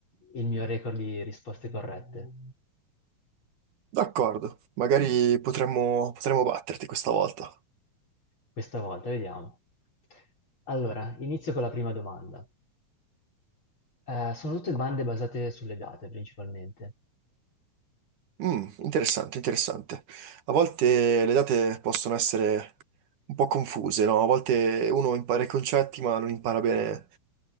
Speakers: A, on the left; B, on the right.
A: il mio record di risposte corrette.
B: D'accordo, magari potremmo, potremmo batterti questa volta.
A: Questa volta, vediamo. Allora, inizio con la prima domanda. Eh, sono tutte domande basate sulle date, principalmente.
B: Mm, interessante, interessante. A volte le date possono essere un po' confuse, no? A volte uno impara i concetti ma non impara bene,